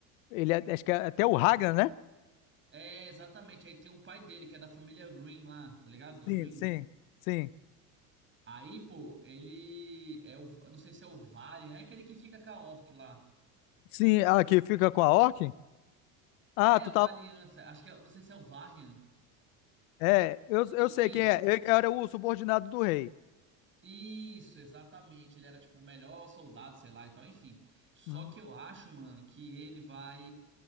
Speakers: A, on the left; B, on the right.
A: ele é- acho que é até o Ragnar, né?
B: É, exatamente, aí tem o pai dele, que é da família Rin lá, tá ligado?
A: Sim,
B: Rin.
A: sim, sim.
B: Aí, pô, ele é o, eu não sei se é o Varian, é aquele que fica com a Orc lá.
A: Sim, ah, que fica com a Orc? Ah,
B: É,
A: tu
B: o
A: tá,
B: da Aliança, acho que é, não sei se é o Varian.
A: é, eu, eu
B: Enfim.
A: sei quem é, ele era o subordinado do rei.
B: Isso, exatamente. Ele era tipo o melhor soldado, sei lá e tal, enfim. Só
A: Uhum.
B: que eu acho, mano, que ele vai.